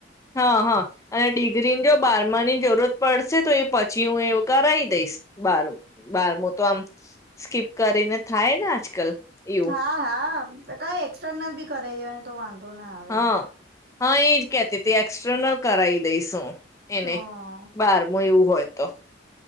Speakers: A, on the left; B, on the right.
A: હા હા અને ડિગ્રીની જો બારમા ની જરૂરત પડશે તો એ પ છી હું એવું કરાવી દઈશ બાર બારમું તો આમ સ્કીપ કરીને થાય ને આજકાલ. એવું
B: હા હા કઈ એક્સટર્નલ ભી કરાઈ દેવા તો વાં વાંધો ના આવે
A: હા હા એજ કેતીતી એક્સટર્નલ કરાઈ દઈશું.
B: હ
A: એને બારમુ એવું હોય તો.